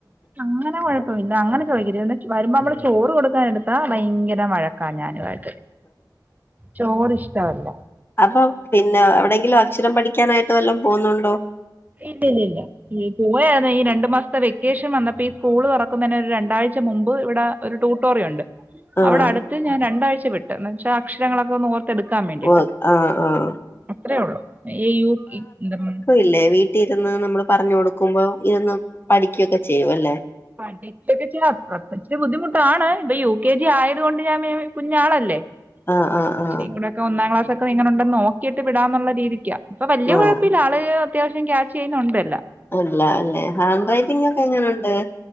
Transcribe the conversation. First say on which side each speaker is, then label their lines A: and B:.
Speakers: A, on the right (about 20°); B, on the left (about 30°).
A: അങ്ങനെ കൊഴ ന്ന അങ്ങനൊക്കെ ചോദിക്കരു വരുമ്പോൾ നമ്മള് ചോറ് കൊടുക്കാനടുത്താ ഭയങ്കര വഴക്ക ക്കാ ഞാനുവായിട്ട് ചോറ് ഇഷ്ടവല്ല.
B: അപ്പൊ പിന്നെ എവിടെങ്കിലും അക്ഷരം പഠിക്കാനായിട്ട് വല്ലോം പോന്നുണ്ടോ?
A: ഇല്ല ഇല്ല ഇല്ല ഈ പോയാര്ന്നെ രണ്ടു മാസം ഇപ്പ വെക്കേഷൻ വന്നപ്പോ ഈ സ്കൂള് തൊറക്കുന്നതിന് ഒരു രണ്ടാഴ്ച മുമ്പ് ഇവിട ഒരു ട്യൂട്ടോറിയം ഒണ്ട്
B: ആഹ്
A: അവിടെ അടുത്ത് ഞാൻ രണ്ടാഴ്ച വിട്ടു എന്ന് വെച്ചാൽ അക്ഷരങ്ങളൊക്കെ ഒന്ന് ഓർത്ത് ത്തെടുക്കാൻ വേണ്ടിട്ട്
B: വ ആഹ് ആഹ്
A: അത്രേ ഒള്ളു ഈ യു ഇ ന്തം.
B: ഇല്ലെ വീട്ടിരുന്ന് നമ്മള് പറഞ്ഞു കൊടുക്കുമ്പോ ഇരുന്ന് പഠിക്കുകൊക്കെ ചെയ്യുല്ലേ-
A: പഠി ഇക്കെ ഇച്ചരി ബുദ്ധിമുട്ടാണ് ഇപ്പൊ യു കെ ജി ആയത് കൊണ്ട് ഞാന് കുഞ്ഞാളല്ലേ
B: ആഹ് ആഹ്
A: ഇച്ചിരി
B: ആഹ്
A: കൂടെ ഒക്കെ ഒന്നാം ക്ലാസ് ഒക്കെങ്ങനെ ഉണ്ടന്ന് നോക്കിയിട്ട് വിടാന്നുള്ള രീതിക്കാ. ഇപ്പൊ വല്യ
B: ആഹ്
A: കൊഴപ്പില്ല ആള് അത്യാവശ്യം ക്യാച്ച് ചെയ്യുന്നുണ്ടല്ലാം.
B: അല്ല അല്ലെ ഹാൻഡ് റൈറ്റിംഗക്കെ എങ്ങനെയുണ്ട്?